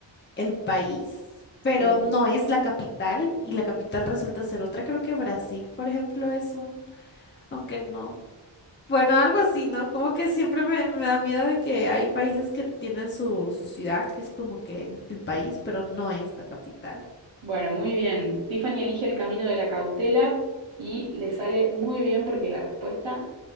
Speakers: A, on the left (about 25°); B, on the right (about 75°).
A: el país, pero
B: Sí.
A: no es la capital y la capital resulta ser otra. Creo que Brasil, por ejemplo, es un, aunque no. Bueno, algo así, ¿no? Como que siempre me, me da miedo de que hay países que tienen su, su ciudad, que es como que el país, pero no es la capital.
B: Bueno, muy bien. Tiffany elige el camino de la cautela y le sale muy bien porque la respuesta